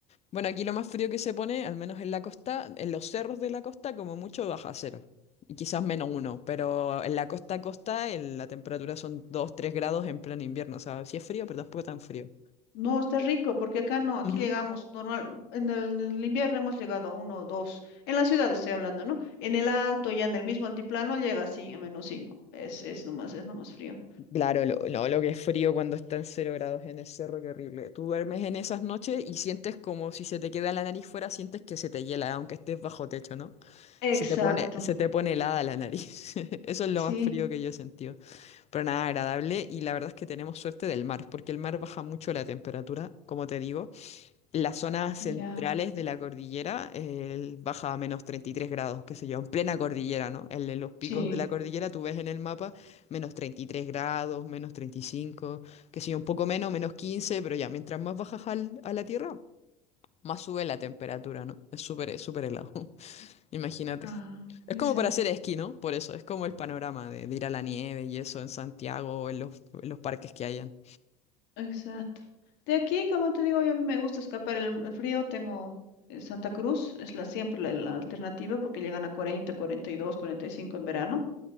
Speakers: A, on the left; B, on the left.
A: Bueno, aquí lo más frío que se pone, al menos en la costa, en los cerros de la costa, como mucho baja cero. Y quizás menos uno, pero en la costa a costa el- la temperatura son 2 3 grados en pleno invierno. O sea, sí es frío, pero tampoco tan frío.
B: No, está rico, porque acá no, aquí
A: Ujú.
B: llegamos, normal, en el, en el invierno hemos llegado a uno o dos, en la ciudad estoy hablando, ¿no? En el alto, ya en el mismo altiplano, llega así a menos cinco, es, es nomás, es nomás frío.
A: Claro, lo, no, lo que es frío cuando está en cero grados en el cerro, qué horrible. Tú duermes en esas noches y sientes como si se te queda la nariz fuera, sientes que se te hiela, aunque estés bajo techo, ¿no?
B: Exacto,
A: Se te pone, se te pone helada la nariz. <laughs> Eso es lo
B: sí,
A: más frío que yo he sentido. Pero nada, agradable. Y la verdad es que tenemos suerte del mar, porque el mar baja mucho la temperatura, como te digo. En las zonas centrales
B: Ya,
A: de la cordillera eh, baja a menos 33 grados, qué sé yo, en plena cordillera, ¿no? En, en los picos
B: sí.
A: de la cordillera tú ves en el mapa menos 33 grados, menos 35 qué sé yo, un poco menos, menos 15 pero ya, mientras más bajas al- a la tierra, más sube la temperatura, ¿no? Es súper, es súper helado. Imagínate.
B: ah,
A: Es
B: exacto,
A: como para hacer esquí, ¿no? Por eso, es como el panorama de, de ir a la nieve y eso en Santiago o en los, en los parques que hayan.
B: exacto. De aquí, como te digo, yo a mí me gusta escapar el, el frío, tengo eh, Santa Cruz, es la siempre la, la alternativa, porque llegan a cuarenta, cuarenta y dos, cuarenta y cinco en verano.